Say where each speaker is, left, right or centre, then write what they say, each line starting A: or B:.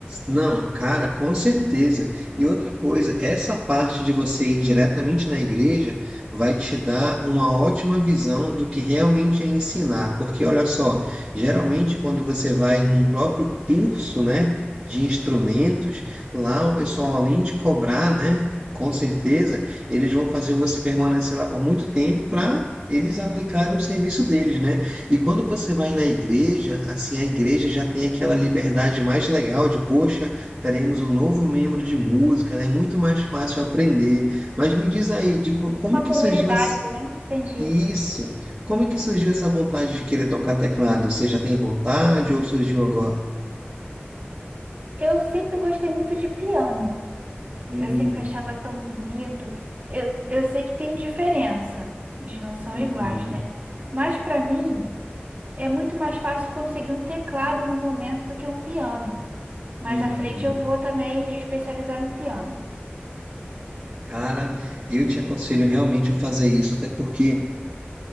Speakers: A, on the right; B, on the right.
A: Não, cara, com certeza. E outra coisa, essa parte de você ir diretamente na igreja vai te dar uma ótima visão do que realmente é ensinar. Porque olha só, geralmente quando você vai num próprio curso, né, de instrumentos, lá o pessoal além de cobrar, né, com certeza, eles vão fazer você permanecer lá por muito tempo para eles aplicarem o serviço deles, né? E quando você vai na igreja, assim, a igreja já tem aquela liberdade mais legal de, poxa, teremos um novo membro de música, né? É muito mais fácil aprender. Mas me diz aí, de co- como
B: Uma
A: é que
B: comunidade,
A: surgiu ess-
B: né? Entendi.
A: isso? Como é que surgiu essa vontade de querer tocar teclado? Você já tem vontade ou surgiu agora?
B: Eu sempre gostei muito de piano.
A: Hum,
B: Eu sempre achava tão bonito. Eu, eu sei que tem diferença, eles não são
A: uhum,
B: iguais, né? Mas para mim é muito mais fácil conseguir um teclado no momento do que um piano. Mais
A: uhum.
B: à frente eu vou também especializar no piano.
A: Cara, eu te aconselho realmente a fazer isso, até porque